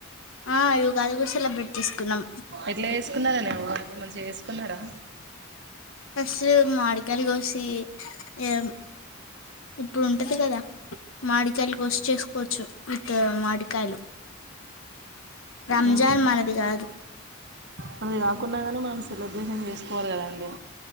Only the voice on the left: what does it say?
ఆ ఉగాది కూడా సెలబ్రేట్ చేసుకున్నాం
ఉషు మాడికాయలు కోసి ఇగ ఇప్పుడు ఉంటది కదా మాడికాయలు కోసి చేసుకోవచ్చు విత్ మాడికాయలు రంజాన్
మనది కాదు